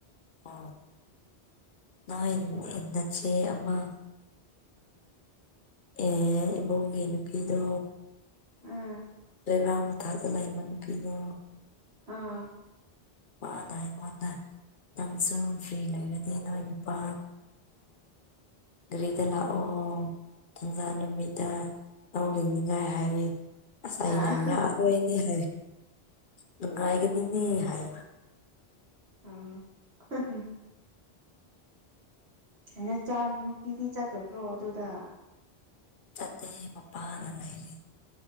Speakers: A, on the left; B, on the right.
A: ꯑ <unintelligible> ꯅꯆꯦ ꯑꯃ ꯑꯦ ꯏꯕꯨꯡꯒꯤ ꯅꯨꯄꯤꯗꯣ
B: ꯎꯝ
A: ꯆꯩꯕꯔꯥꯎ ꯃꯊꯥꯛꯛꯇ ꯂꯩꯕ ꯅꯨꯄꯤꯗꯣ
B: ꯑꯥ
A: ꯃꯥꯗꯥꯏ ꯃꯣꯗ ꯅꯪꯁꯨ ꯐ꯭ꯔꯤ ꯂꯩꯔꯗꯤ ꯅꯣꯏ ꯅꯨꯄꯥ ꯒꯔꯤꯗ ꯂꯥꯛ ꯑꯣ ꯊꯪꯖꯥ ꯅꯨꯃꯤꯠꯇ ꯂꯧ ꯂꯤꯡꯅꯤꯉꯥꯏ ꯍꯥꯏꯌꯦ ꯑꯁ ꯑꯩꯅ
B: ꯑꯥ
A: ꯌꯥꯔꯣꯏꯅꯦ ꯍꯥꯏ ꯅꯨꯡꯉꯥꯏꯒꯅꯤꯅꯦ ꯍꯥꯏ
B: ꯎꯝ <unintelligible> ꯅꯆꯥꯅꯨꯄꯤꯗꯤ ꯆꯠꯇꯕ꯭ꯔꯣ ꯑꯗꯨꯗ
A: ꯆꯠꯇꯦ ꯃꯄꯥꯒ ꯂꯩꯔꯤ